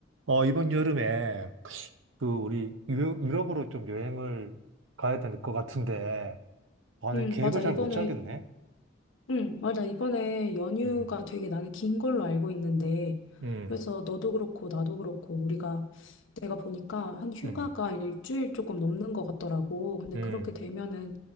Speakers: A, on the right (about 75°); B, on the left (about 80°).
A: 어, 이번 여름에 그 우리 유- 유럽으로 좀 여행을 가야 될 것 같은데, 아, 내
B: 응,
A: 계획을
B: 맞아.
A: 잘
B: 이번에,
A: 못 짜겠네.
B: 응, 맞아. 이번에 연휴가
A: 음,
B: 되게 나는 긴 걸로 알고 있는데,
A: 음,
B: 그래서 너도 그렇고, 나도 그렇고, 우리가, 내가 보니까 한 휴가가
A: 음,
B: 일주일 조금 넘는 것 같더라고. 근데
A: 음,
B: 그렇게 되면은